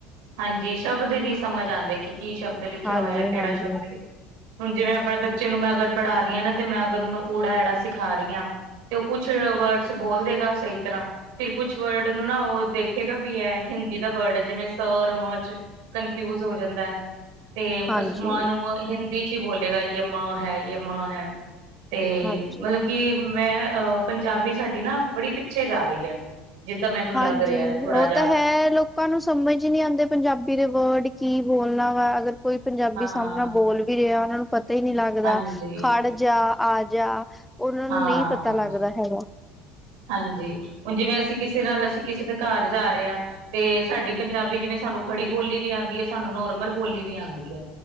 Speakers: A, on the right; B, in the centre.
A: ਹਾਂਜੀ ਸ਼ਬਦ ਨਹੀਂ ਸਮਝ ਆਉਂਦੇ ਕੀ ਸ਼ਬਦ ਲਿਖਿਆ
B: ਹਾਂਜੀ
A: ਹੋਇਆ ਹੈ, ਕਿਹੜਾ
B: ਹਾਂਜੀ
A: ਸ਼ਬਦ ਹੁਣ ਜਿਵੇਂ ਆਪਣੇ ਬੱਚੇ ਨੂੰ ਮੈਂ ਅਗਰ ਪੜ੍ਹਾ ਰਹੀ ਹਾਂ ਨਾ ਤੇ ਮੇ ਅਗਰ ਉਹਨੂੰ ਉ ਅ ਸਿਖਾ ਰਹੀ ਹਾਂ। ਤੇ ਉਹ ਕੁਛ ਵਰਡਸ ਬੋਲ ਦੇਗਾ ਸਹੀ ਤਰ੍ਹਾਂ। ਫਿਰ ਕੁਛ ਵਰਡ ਨੂੰ ਨਾ ਉਹ ਦੇਖੇਗਾ ਵੀ ਹੈ ਹਿੰਦੀ ਦਾ ਵਰਡ ਹੈ ਜਿਵੇਂ ਸ ਔਰ ਮ 'ਚ', ਕੰਨਫਿਊਜ ਹੋ ਜਾਂਦਾ ਹੈ। ਤੇ
B: ਹਾਂਜੀ
A: ਮ ਨੂੰ ਹਿੰਦੀ 'ਚ' ਹੀ ਬੋਲੇਗਾ ਇਹ ਮ ਹੈ, ਇਹ ਮ ਹੈ। ਤੇ
B: ਹਾਂਜੀ
A: ਮਤਲਬ ਕਿ ਮੈਂ ਅਹ ਪੰਜਾਬੀ ਸਾਡੀ ਨਾ ਬੜੀ ਪਿੱਛੇ ਜਾ ਰਹੀ ਹੈ। ਜਿੱਦਾਂ ਮੈਨੂੰ
B: ਹਾਂਜੀ
A: ਲੱਗ ਰਿਹਾ ਥੋੜਾ
B: ਉਹ
A: ਜਿਹਾ
B: ਤਾਂ ਹੈ ਲੋਕ ਲੋਕਾ ਨੂੰ ਸਮਝ ਹੀ ਨਹੀਂ ਆਉਂਦੇ ਪੰਜਾਬੀ ਦੇ ਵਰਡ ਕੀ ਬੋਲਣਾ ਵਾ ਅਗਰ ਕੋਈ ਪੰਜਾਬੀ
A: ਹਾਂ,
B: ਸਾਮਨੇ ਬੋਲ ਵੀ ਰਿਹਾ ਨਾ ਪਤਾ ਹੀ ਨਹੀਂ ਲੱਗਦਾ
A: ਹਾਂਜੀ,
B: ਖੜ ਜਾ ਆਜਾ, ਉਹਨਾਂ
A: ਹਾਂ।
B: ਨੂੰ ਨਹੀਂ ਪਤਾ ਲੱਗਦਾ ਹੈਗਾ।
A: ਹਾਂਜੀ, ਹੁਣ ਜਿਵੇਂ ਅਸੀਂ ਕਿਸੇ ਨਾਲ ਅਸੀਂ ਕਿਸੇ ਦੇ ਘਰ ਜਾ ਰਹੇ ਹਾਂ ਤੇ ਸਾਡੀ ਪੰਜਾਬੀ ਜਿਵੇਂ ਸਾਨੂੰ ਖੜੀ ਬੋਲੀ ਵੀ ਆਉਂਦੀ ਹੈ, ਸਾਨੂੰ ਨੋਰਮਲ ਬੋਲੀ ਵੀ ਆਉਂਦੀ ਹੈ।